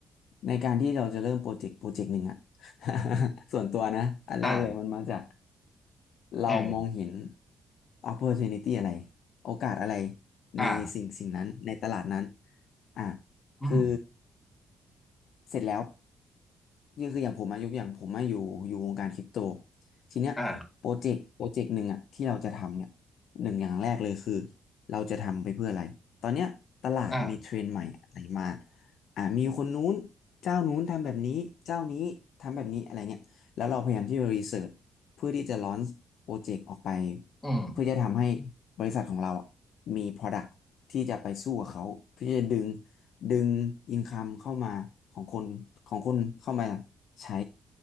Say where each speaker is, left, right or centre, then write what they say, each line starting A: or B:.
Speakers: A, on the left; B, on the left.
A: ในการที่เราจะเริ่มโปรเจกต์โปรเจกต์หนึ่งอะ <laughs> ส่วนตัวนะอันแรกเลยมันมาจาก
B: อ่ะ
A: เรามองเห็น
B: เออ
A: opportunity อะไรโอกาสอะไร
B: อ่ะ
A: ในสิ่งสิ่งนั้นในตลาดนั้นอ่ะ
B: อืม
A: คือ เสร็จแล้วก็คืออย่างผมอายกอย่างผมมาอยู่อยู่วงการคริปโตทีเนี้ยโปรเจกต์โปรเจกต์หนึ่งอะที่เราจะทำเนี่ย
B: อ่ะ
A: หนึ่งอย่างแรกเลยคือเราจะทำไปเพื่ออะไรตอนเนี้ยตลาดมีเทรนด์ใหม่อะไรมา
B: อ่ะ
A: อ่ามีคนนู้นเจ้านู้นทำแบบนี้เจ้านี้ทำแบบนี้อะไรเงี้ยแล้วเราพยายามที่จะรีเสิร์ชเพื่อที่จะลอนโปรเจกต์ออกไป
B: อืม
A: เพื่อจะทำให้บริษัทของเราอะมี product ที่จะไปสู้กับเขาเพื่อจะดึง ดึงอินคัมเข้ามาของคนของคนเข้ามาใช้